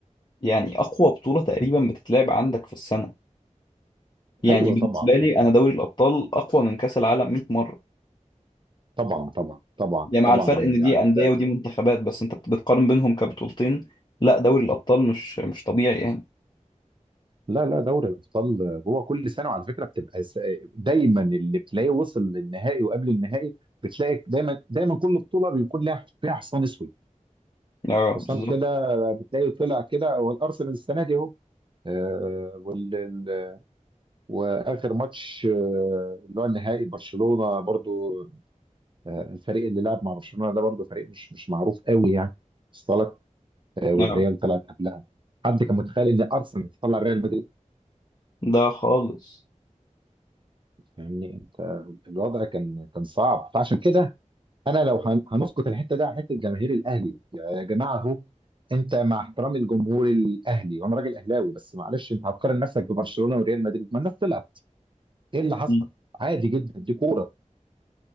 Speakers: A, on the left (about 35°); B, on the right (about 40°).
A: يعني اقوى بطوله تقريبا بتتلعب عندك في السنه يعني
B: ايوه
A: بالنسبه
B: طبعا
A: لي انا دوري الابطال اقوى من كاس العالم 100 مره
B: طبعا طبعا طبعا
A: يعني
B: طبعا
A: مع الفرق ان
B: يعني
A: دي انديه
B: انت
A: ودي منتخبات بس انت بت- بتقارن بينهم كبطولتين لا دوري الابطال مش مش طبيعي يعني
B: لا لا دوري الابطال هو كل سنه وعلى فكره بتبقى س- دايما اللي بتلاقيه وصل للنهائي وقبل النهائي بتلاقي دايما دايما كل بطوله بيكون لها فيها حصان اسود
A: اه
B: حسام
A: بالظبط
B: كده بتلاقيه طلع كده هو الارسنال السنه دي اهو آه، وال... ال- واخر ماتش آه، اللي هو النهائي برشلونه برضو آه، الفريق اللي لعب مع برشلونه ده برضو فريق مش مش معروف قوي يعني اصطلك آه، والريال
A: اه
B: طلعت قبلها حد كان متخيل ان ارسنال تطلع ريال مدريد
A: ده خالص
B: يعني انت الوضع كان كان صعب فعشان كده انا لو هن- هنسقط الحته دي على حته جماهير الاهلي يا جماعه اهو انت مع احترام الجمهور الاهلي وانا راجل اهلاوي بس معلش انت هتقارن نفسك ببرشلونه وريال مدريد ما الناس تلعب ايه اللي حصل
A: مم.
B: عادي جدا دي كوره